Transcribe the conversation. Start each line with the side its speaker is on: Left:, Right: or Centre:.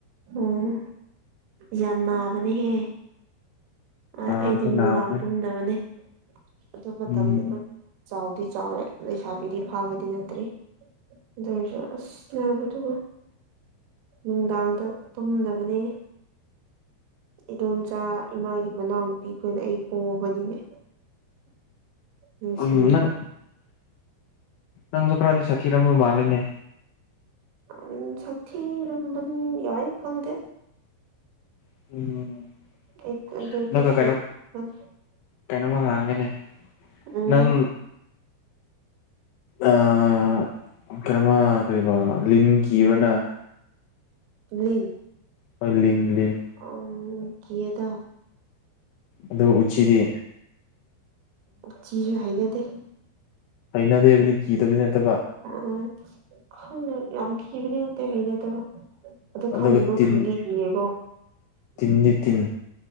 Right: ꯎꯝ ꯌꯥꯝ ꯅꯥꯕꯅꯦꯍꯦ ꯑ
Left: ꯅꯥꯕꯗꯤ
Right: ꯑꯩꯗꯤ ꯅꯨꯡꯗꯥꯡ
Left: ꯅꯥꯕꯅꯦ
Right: ꯇꯨꯝꯗꯕꯅꯦ ꯑꯗꯨ ꯃꯇꯝꯗ
Left: ꯎꯝ
Right: ꯑꯗꯨꯝ ꯆꯥꯎꯗꯤ ꯆꯥꯎꯔꯦ ꯂꯩꯁꯥꯕꯤꯗꯤ ꯐꯥꯕꯗꯤ ꯅꯠꯇ꯭ꯔꯤ ꯑꯗꯨꯑꯣꯏꯔꯁꯨ ꯑꯁ ꯅꯥꯕꯗꯨꯕꯨ ꯅꯨꯡꯗꯥꯡꯗ ꯇꯨꯝꯗꯕꯅꯦ ꯏꯗꯣꯝꯆꯥ ꯏꯃꯥꯒꯤ ꯃꯅꯥꯎꯅꯨꯄꯤꯈꯣꯏꯅ ꯑꯩ ꯄꯣꯕꯅꯤꯅꯦ ꯅꯨꯡꯁꯤꯌꯦ
Left: ꯎꯝ ꯅꯪ ꯅꯪꯖꯨ ꯈꯔꯗꯤ ꯁꯥꯊꯤꯔꯝꯕ ꯃꯥꯜꯂꯦꯅꯦ
Right: ꯎꯝ ꯁꯊꯤꯔꯝꯕꯅꯤ ꯌꯥꯏ ꯈꯪꯗꯦ
Left: <unintelligible>
Right: <unintelligible>
Left: ꯑꯗꯨꯒ ꯀꯩꯅꯣ ꯀꯩꯅꯣꯝꯃ ꯍꯥꯡꯒꯦꯅꯦ
Right: ꯎꯝ
Left: ꯅꯪ ꯑꯥ ꯀꯩꯅꯣꯝꯃ ꯀꯩꯔꯤꯕ ꯂꯤꯟ ꯀꯤꯕ꯭ꯔ ꯅꯪ
Right: ꯂꯤꯟ
Left: ꯍꯣꯏ ꯂꯤꯟ ꯂꯤꯟ
Right: ꯑꯣꯝ ꯀꯤꯌꯦꯗ
Left: ꯑꯗꯣ ꯎꯆꯤꯗꯤ
Right: ꯎꯆꯤꯖꯨ ꯍꯩꯅꯗꯦ
Left: ꯍꯩꯅꯗꯦꯕꯗꯤ
Right: ꯀꯤ
Left: ꯀꯤꯗꯕꯗꯤ ꯅꯠꯇꯕ
Right: ꯎꯝ ꯈꯪꯗꯦ ꯌꯥꯝ ꯈꯤꯕꯅꯤ ꯅꯠꯇꯦ ꯍꯩꯅꯗꯕ ꯑꯗꯣ
Left: ꯑꯗꯨꯒ
Right: ꯈꯪꯗꯦꯉꯣ
Left: ꯇꯤꯟ
Right: ꯀꯤꯗꯤ ꯀꯤꯌꯦꯀꯣ
Left: <unintelligible> ꯇꯤꯟ